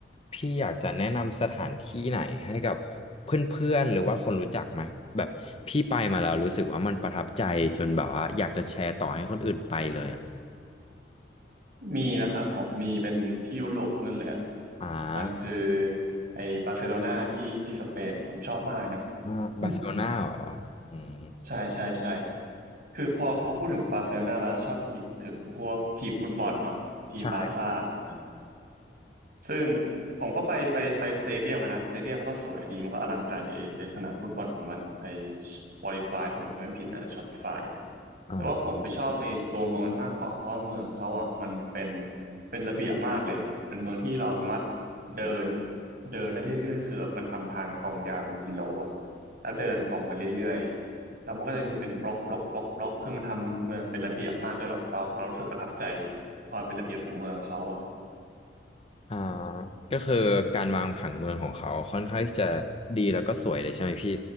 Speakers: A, on the left; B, on the right.
A: พี่อยากจะแนะนำสถานที่ไหนให้กับเพื่อนๆหรือว่าคนรู้จักไหมแบบพี่ไปมาแล้วรู้สึกว่ามันประทับใจจนแบบว่าอยากจะแชร์ต่อให้คนอื่นไปเลยอ่ะ
B: มีนะครับผมมีเป็นที่ยุโรปนั่นแหละ
A: อ่า
B: มันคือไอ้บาร์เซโลนาที่ที่สเปนผมชอบมากนะ
A: อ่าบาร์เซโลนาเหรอ
B: <laughs>
A: อืม
B: ใช่ใช่ใช่คือพอพอพูดถึงบาร์เซโลนาเราชอบคิดถึงพวกทีมฟุตบอลเนาะทีมบาร์ซ่าอะไรเงี้ย
A: ใช่
B: ซึ่งผมก็ไปไปไปสเตเดียมอะนะสเตเดียมมันก็สวยดีมันก็อลังการดีไอไอสนามฟุตบอลของมันไอวอลิฟายถ้าผมจำไม่ผิดนะหรือชอปปี้ฟาย
A: อ่า
B: แต่ว่าผมไปชอบไอตัวเมืองมันมากกว่าเพราะว่าเมืองเขาอ่ะมันเป็นเป็นระเบียบมากเลยแบบเป็นเมืองที่เราสามารถเดินเดินได้เรื่อยๆคือแบบมันทำทางตรงยาวเป็นกิโลอ่ะแล้วเดินตรงไปเรื่อยๆแล้วมันก็จะมีเป็นบล็อกบล็อกบล็อกบล็อกคือมันทำเมืองเป็นระเบียบมากจนแบบเราเรารู้สึกประทับใจความเป็นระเบียบของเมืองเขาอ่ะ
A: อ่าก็คือการวางผังเมืองของเขาค่อนข้างที่จะดีแล้วก็สวยเลยใช่ไหมพี่